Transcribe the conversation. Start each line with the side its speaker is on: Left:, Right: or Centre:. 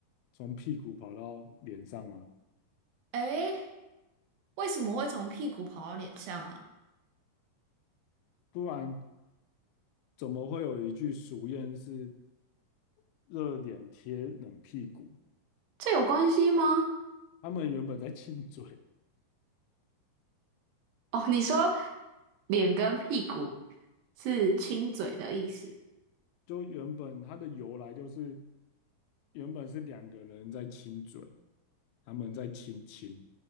Left: 从屁股跑到脸上吗？
Right: 诶诶，为什么会从屁股跑到脸上啊？
Left: 不然怎么会有一句俗谚是“热脸贴冷屁股”？
Right: 这有关系吗？
Left: 他们原本在亲嘴，
Right: 哦，你说脸跟屁股是亲嘴的意思，
Left: 就原本它的由来就是原本是两个人在亲嘴，他们在亲亲。